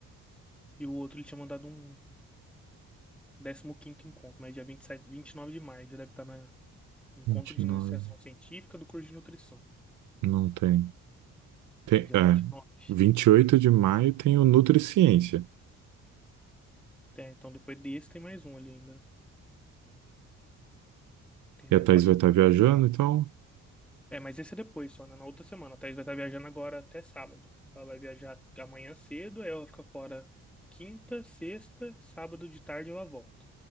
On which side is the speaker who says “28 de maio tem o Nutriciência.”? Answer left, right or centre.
Right